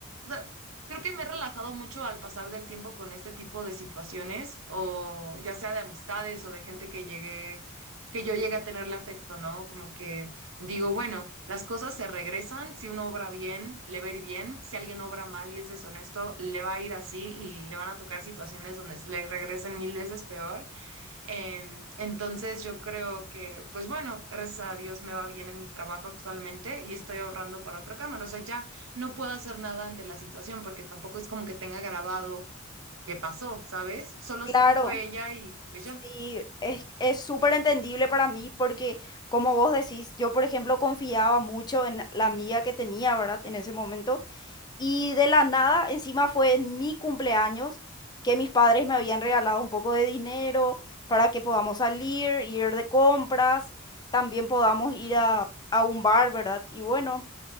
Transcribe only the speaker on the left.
Claro.
Sí, es es súper entendible para mí porque, como vos decís, yo, por ejemplo, confiaba mucho en la amiga que tenía, ¿verdad? En ese momento. Y de la nada, encima fue en mi cumpleaños que mis padres me habían regalado un poco de dinero para que podamos salir, ir de compras, también podamos ir a, a un bar, ¿verdad? Y bueno,